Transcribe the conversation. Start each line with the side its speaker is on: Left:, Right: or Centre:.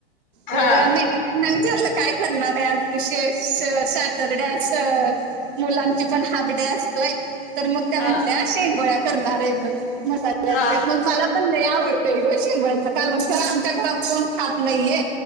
Left: हा
Right: मग मी विचारलं काय करणार आहे आज विशेष सॅटरडेस मुलांची ण हाड्या असतोय तर मग त्या
Left: हा
Right: म्हंटल्या अ करणार म
Left: हा
Right: मग मला पण नाही आवडतय गो शरच कालग आमच्या घरात कोण खात नाहीये